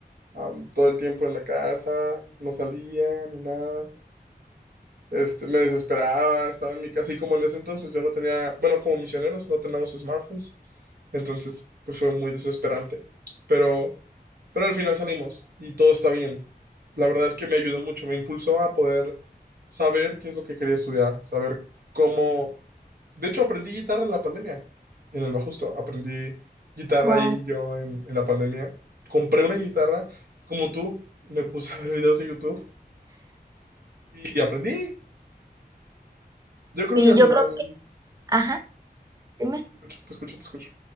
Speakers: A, on the right (about 65°); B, on the right (about 20°).
A: am, todo el tiempo en la casa, no salía, no nada. Este, me desesperaba, estaba en mi casa y como en ese entonces yo no tenía, bueno, como misioneros no tenemos smartphones, Entonces, pues fue muy desesperante. Pero, pero al final salimos y todo está bien. La verdad es que me ayudó mucho, me impulsó a poder saber qué es lo que quería estudiar, saber cómo... De hecho, aprendí guitarra en la pandemia, en el Bajusto. Aprendí guitarra
B: Wow.
A: ahí yo en, en la pandemia. Compré una guitarra, como tú, me puse a ver videos de YouTube y aprendí. Yo
B: Sí,
A: creo que al
B: yo
A: final...
B: creo que,
A: Ujú,
B: ajá, dime.
A: Te escucho, te escucho, te escucho.